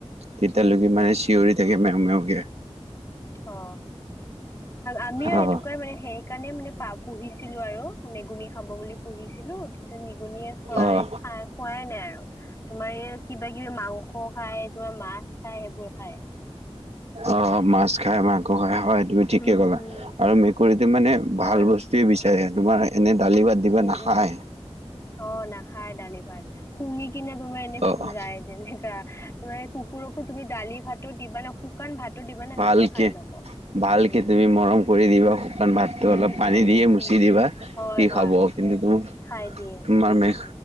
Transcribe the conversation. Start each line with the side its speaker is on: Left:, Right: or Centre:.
Right: তেতিয়ালৈকে
Left: উম উম।
Right: মানে চিঞৰি থাকে মেও মেওকে।
Left: অ, আমিও
Right: অ'।
Left: সেনেকুৱাই মানে সেইকাৰণে মানে পা পুহিছিলো আৰু নেগুণী খাব বুলি পুহিছিলো কিন্তু নিগনিয়ে খাই
Right: অ',
Left: খাই খোৱাই নাই আৰু। তোমাৰ এই কিবা কিবি মাংস খায়, তোমাৰ মাছ খায়, সেইবোৰ খায়।
Right: অ মাছ খাই, মাংস খাই, হয় তুমি ঠিকে
Left: উম
Right: ক'লা।
Left: উম।
Right: আৰু মেকুৰীটো মানে ভাল
Left: হয়
Right: বস্তুয়ে বিচাৰে, তোমাৰ এনে দালি ভাত দিবা
Left: উম
Right: নাখায়।
Left: উম অ নাখায় দালি ভাত। শুঙি কিনে তোমাৰ এনে
Right: অ',
Left: পুজাই
Right: অ',
Left: যেনেকা তোমাৰ কুকুৰকো তুমি দালি, ভাত, টো দিবা ন শুকান ভাতো দিবা ন সেইটোও
Right: ভালকে
Left: খাই ল'ব।
Right: ভালকে
Left: উম
Right: তুমি মৰম কৰি দিবা শুকান ভাতটো
Left: উম
Right: অলপ পানী
Left: উম
Right: দিয়ে
Left: উম।
Right: মুচি দিবা সি
Left: হয় হয়
Right: খাব। কিন্তু
Left: খাই দিয়ে।
Right: তোমাৰ
Left: উম।
Right: মে